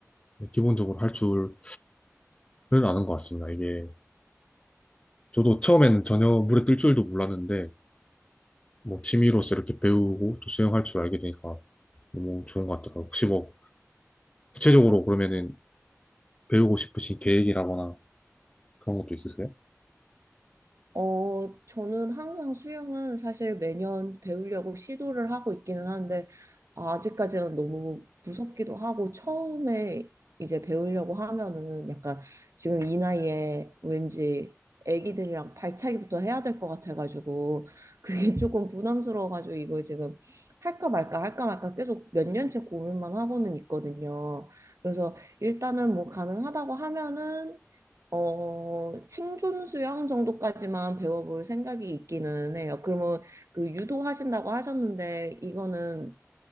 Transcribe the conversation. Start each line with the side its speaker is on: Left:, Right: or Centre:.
Left: 기본적으로 할 줄은 아는 것 같습니다. 이게 저도 처음엔 전혀 물에 뜰 줄도 몰랐는데 뭐 취미로서 이렇게 배우고 또 수영할 줄 알게 되니까 너무 좋은 것 같더라고요. 혹시 뭐 구체적으로 그러면은 배우고 싶으신 계획이라거나 그런 것도 있으세요?
Right: 어, 저는 항상 수영은 사실 매년 배우려고 시도를 하고 있기는 한데, 아직까지는 너무 무섭기도 하고, 처음에 이제 배우려고 하면은 약간 지금 이 나이에 왠지 애기들이랑 발차기부터 해야 될 것 같아가지고, 그게 <laughs> 조금 부담스러워가지고, 이걸 지금 할까 말까, 할까 말까 계속 몇 년째 고민만 하고는 있거든요. 그래서 일단은 뭐 가능하다고 하면은 어, 생존 수영 정도까지만 배워볼 생각이 있기는 해요. 그러면 그 유도하신다고 하셨는데, 이거는